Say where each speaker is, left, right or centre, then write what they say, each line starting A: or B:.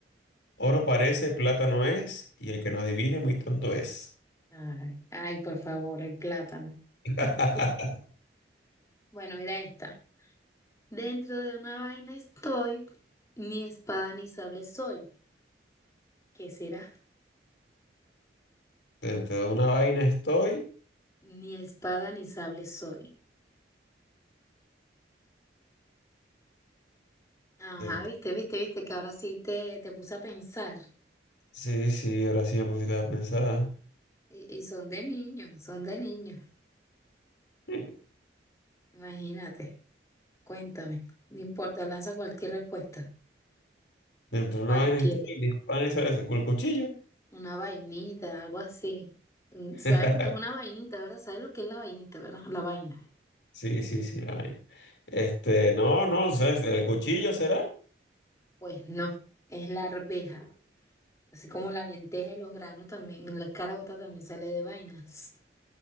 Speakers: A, on the left (about 75°); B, on the left (about 15°).
A: oro parece, plata no es, y el que no adivine muy tonto es.
B: Ay, ay, por favor, el plátano.
A: <laughs>
B: <laughs> Bueno, mira esta. Dentro de una vaina estoy, ni espada ni sable soy. ¿Qué será?
A: Dentro de una vaina estoy,
B: Ni espada ni sable soy. Ajá,
A: dentro-
B: viste, viste, viste que ahora sí te, te puse a pensar.
A: sí, sí, ahora sí me pusiste a pensar,
B: Y, y son de niños, son de niños.
A: <laughs>
B: Imagínate, cuéntame. No importa, lanza cualquier respuesta.
A: dentro de
B: Cualquiera.
A: una vaina estoy, dispara y sale el cuchillo.
B: Una vainita, algo así. Mm, ¿Sabes
A: <laughs>
B: lo que es una vainita, verdad? ¿Sabes lo que es la vainita, verdad? La vaina.
A: Sí, sí, sí, la vaina. Este, no, no, ¿sabes? ¿El cuchillo será?
B: Pues no, es la arveja. Así como la lenteja y los granos también, la caraota también sale de vainas.